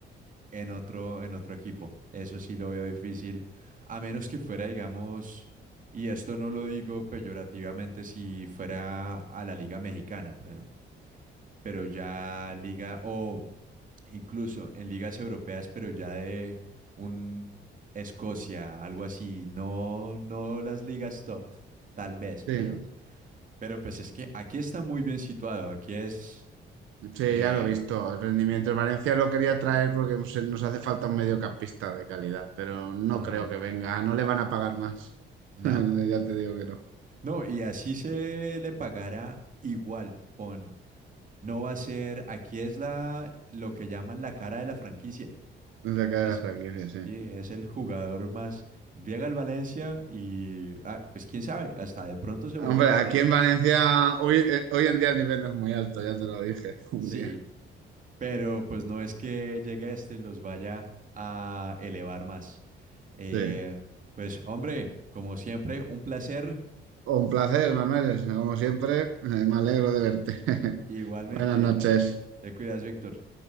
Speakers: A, on the right; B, on the right.
A: en otro, en otro equipo. Eso sí lo veo difícil, a menos que fuera, digamos, y esto no lo digo peyorativamente, si fuera a la Liga Mexicana, por ejemplo, pero ya Liga o... incluso en ligas europeas, pero ya de un Escocia, algo así, no, no las ligas top, tal vez, pero,
B: Sí.
A: pero pues es que aquí está muy bien situado, aquí es,
B: Sí,
A: eh,
B: ya lo he visto. El rendimiento. El Valencia lo quería traer porque se- nos hace falta un mediocampista de calidad, pero no
A: ajá,
B: creo que venga. Ah, No le van a pagar más.
A: no,
B: <laughs> Ya te digo que no.
A: no, y así se le pagará igual, pon, no va a ser, aquí es la, lo que llaman la cara de la franquicia,
B: Es la cara
A: es,
B: de la
A: sí,
B: franquicia,
A: es
B: sí.
A: el jugador más, llega al Valencia y, ah, pues quién sabe, hasta de pronto se vuelve
B: Hombre,
A: la
B: aquí
A: estrella.
B: en Valencia hoy, eh, hoy en día el nivel no es muy alto, ya te lo dije <laughs> un
A: Sí,
B: día.
A: pero pues no es que llegue este y los vaya a elevar más. Eh,
B: Sí.
A: pues hombre, como siempre, un placer.
B: Un placer, Manuel. Como siempre, eh, me alegro de verte. <laughs>
A: Igualmente,
B: Buenas noches.
A: te cuidas, Víctor.